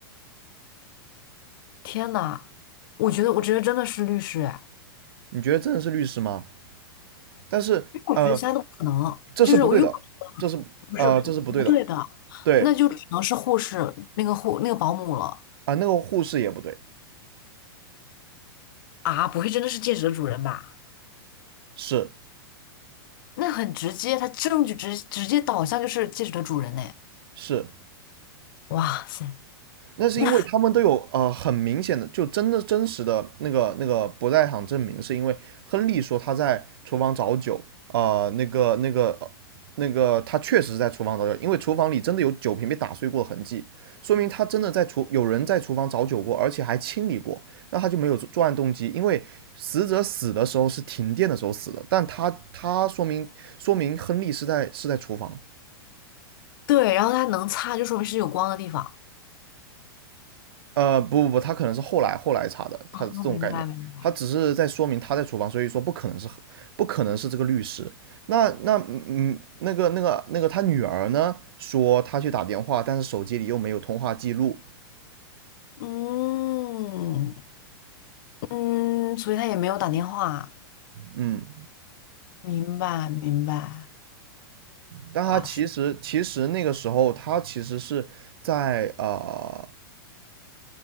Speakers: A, on the left (about 60°); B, on the right (about 70°).
A: 天呐，我觉得我觉得真的是律师哎，
B: 你觉得真的是律师吗？但是呃，
A: 因为我觉得其他都不可能，
B: 这是不对的，
A: 就是我又不是
B: 这是呃，
A: 不是不不对的，
B: 这是不对的。对
A: 那就只能是护士那个护那个保姆了
B: 啊，那个护士也不对，
A: 啊！不会真的是戒指的主人吧？
B: 是
A: 那很直接，他证据直直接导向就是戒指的主人呢！
B: 是，
A: 哇塞！
B: 那是因为他们都有呃很明显的，
A: 那。
B: 就真的真实的那个那个不在场证明，是因为亨利说他在厨房找酒，呃，那个那个呃那个他确实是在厨房找酒，因为厨房里真的有酒瓶被打碎过的痕迹，说明他真的在厨有人在厨房找酒过，而且还清理过，那他就没有作案动机，因为死者死的时候是停电的时候死的，但他他说明说明亨利是在是在厨房，
A: 对，然后它能擦，就说明是有光的地方。
B: 呃，不不不，他可能是后来后来查的，他这种概念，
A: 哦，明白明白。
B: 他只是在说明他在厨房，所以说不可能是不可能是这个律师。那那嗯，嗯那个那个那个他女儿呢，说他去打电话，但是手机里又没有通话记录，
A: 嗯嗯，所以他也没有打电话。
B: 嗯，
A: 明白明白。
B: 但他其实其实那个时候他其实是在呃，
A: 哇塞，